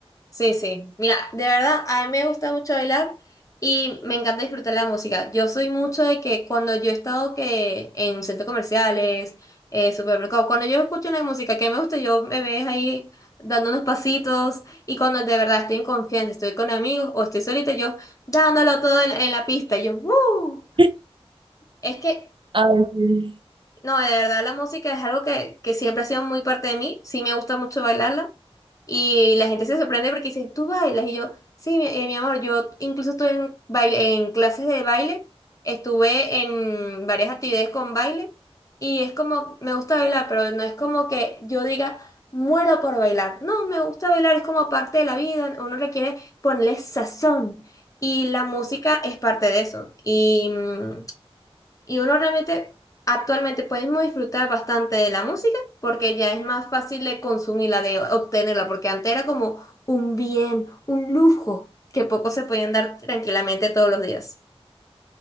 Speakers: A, on the left; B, on the right.
A: Sí, sí. Mira, de verdad, a mí me gusta mucho bailar y me encanta disfrutar la música. Yo soy mucho de que cuando yo he estado que en centros comerciales, eh, supermercados, cuando yo escucho una música que me gusta, yo me ves ahí dando unos pasitos y cuando de verdad estoy en confianza, estoy con amigos o estoy solita, yo dándolo todo en, en la pista, y yo, ¡uh!
B: <laughs>
A: Es que
B: Ay, sí.
A: no, de verdad la música es algo que, que siempre ha sido muy parte de mí. Sí me gusta mucho bailarla. Y la gente se sorprende porque dicen, ¿tú bailas? Y yo, sí, mi, eh, mi amor, yo incluso estuve en, baile, en clases de baile, estuve en varias actividades con baile. Y es como, me gusta bailar, pero no es como que yo diga, muero por bailar. No, me gusta bailar, es como parte de la vida. Uno requiere ponerle sazón. Y la música es parte de eso. Y. mm, y uno realmente actualmente podemos disfrutar bastante de la música porque ya es más fácil de consumirla, de obtenerla, porque antes era como un bien, un lujo que pocos se podían dar tranquilamente todos los días.